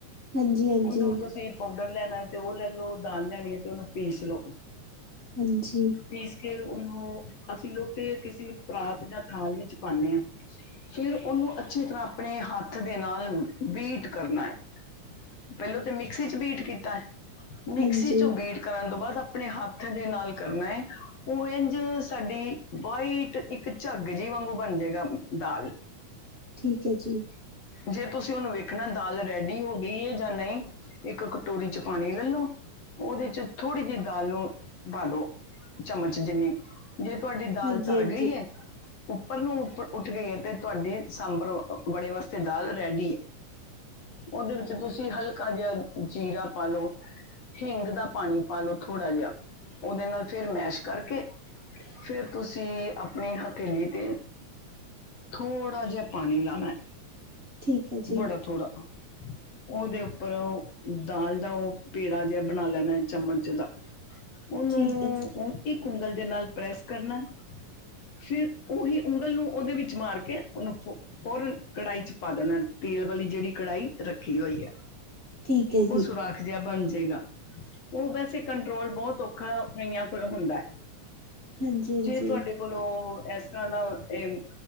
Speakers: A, on the right (about 25°); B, on the left (about 60°).
A: ਹਾਂਜੀ, ਹਾਂਜੀ।
B: ਓਨੂੰ ਤੁਸੀਂ ਪੋਡਰ ਲੈਣਾ ਤੇ ਓ ਲੈ ਲਓ, ਦਾਲ ਲੈਣੀ ਏ ਤੇ ਓਨੂੰ ਪੀਸ ਲਓ।
A: ਹਾਂਜੀ।
B: ਪੀਸ ਕੇ ਓਨੂੰ ਅਸੀਂ ਲੋਗ ਤੇ ਕਿਸੇ ਪਰਾਤ ਜਾਂ ਥਾਲ ਵਿੱਚ ਪਾਨੇ ਆਂ। ਫੇਰ ਓਹਨੂੰ ਅੱਛੀ ਤਰ੍ਹਾਂ ਆਪਣੇ ਹਾਥ ਦੇ ਨਾਲ ਬੀਟ ਕਰਨਾ ਐ। ਪੇਹਲੋਂ ਤੇ ਮਿਕਸੀ ਇੱਚ ਬੀਟ ਕੀਤਾ ਐ ਮਿਕਸੀ
A: ਹਾਂਜੀ,
B: ਚੋਂ ਬੀਟ ਕਰਨ ਤੋਂ ਬਾਅਦ ਆਪਣੇ ਹਾਥ ਦੇ ਨਾਲ ਕਰਨਾ ਐ ਓ ਏਂਜ ਸਾਡੀ ਵਾਈਟ ਇੱਕ ਚਾਗ ਜਿਈ ਵਾਂਗੂ ਬਣ ਜਾਏਗਾ ਦਾਲ।
A: ਠੀਕ ਐ ਜੀ।
B: ਜੇ ਤੁਸੀਂ ਓਹਨੂੰ ਵੇਖਣਾ ਦਾਲ ਰੈਡੀ ਹੋ ਗਈ ਏ ਜਾਂ ਨਈ ਇੱਕ ਕਟੋਰੀ ਚ ਪਾਣੀ ਲੈਲੋ, ਓਹਦੇ ਚ ਥੋੜ੍ਹੀ ਜਿਹੀ ਦਾਲ ਨੂੰ ਪਾ ਦੋ। ਚਮਚ ਜਿੰਨੀ, ਜੇ ਤੁਹਾਡੀ ਦਾਲ
A: ਹਾਂਜੀ,
B: ਤਰ
A: ਹਾਂਜੀ,
B: ਗਈ ਏ ਉੱਪਰ ਨੂੰ ਉਪਰ ਉੱਠ ਗਈ ਏ ਤੇ ਤੁਆਡੀ ਸਾਂਬਰ ਅ ਵੜੇ ਵਾਸਤੇ ਦਾਲ ਰੈਡੀ ਏ।
A: ਹਮ
B: ਓਹਦੇ ਵਿੱਚ ਤੁਸੀਂ ਹਲਕਾ ਜੇਆ ਜੀਰਾ ਪਾ ਲੋ। ਹਿੰਗ ਦਾ ਪਾਣੀ ਪਾ ਲੋ ਥੋੜ੍ਹਾ ਜੇਆ, ਓਹਦੇ ਨਾਲ ਫੇਰ ਮੈਸ਼ ਕਰਕੇ
A: <inaudible>
B: ਫੇਰ ਤੁਸੀਂ ਆਪਣੀ ਹਥੇਲੀ ਤੇ ਥੋੜਾ ਜੇਹਾ ਪਾਣੀ ਲਾਨਾ ਏ।
A: ਠੀਕ ਹੈ ਜੀ,
B: ਬੜਾ ਥੋੜ੍ਹਾ, ਓਹਦੇ ਉੱਪਰ ਦਾਲ ਦਾ ਓਹ ਪੇੜਾ ਜੇਹਾ ਬਣਾ ਲੈਣਾ ਏ ਚਮਚ ਦਾ, ਓਹਨੂੰ
A: ਠੀਕ ਹੈ ਜੀ,
B: ਓਨੂੰ ਇੱਕ ਉੁੰਂਗਲ ਦੇ ਨਾਲ ਪ੍ਰੈਸ ਕਰਨਾ ਏ, ਫਿਰ ਓਹੀ ਉਂਗਲ ਨੂੰ ਓਹਦੇ ਵਿੱਚ ਮਾਰ ਕੇ ਉਹਨੂੰ ਫ ਔਰ ਕੜਾਈ ਚ ਪਾ ਦੇਣਾ ਏ ਤੇਲ ਵਾਲੀ ਜੇਹੜੀ ਕੜਾਈ ਰੱਖੀ ਹੋਈ ਏ,
A: ਠੀਕ ਹੈ
B: ਉਹ
A: ਜੀ,
B: ਸੁਰਾਖ ਜੇਆ ਬਣ ਜਏਗਾ, ਓਹ ਵੈਸੇ ਕੰਟਰੋਲ ਬੋਹਤ ਔਖਾ ਕਈਆਂ ਕੋਲ ਹੁੰਦਾ ਏ।
A: ਹਾਂਜੀ, ਹਾਂਜੀ।
B: ਜੇ ਤੁਹਾਡੇ ਕੌਲੋਂ ਐਸ ਤਰ੍ਹਾਂ ਦਾ ਏਹ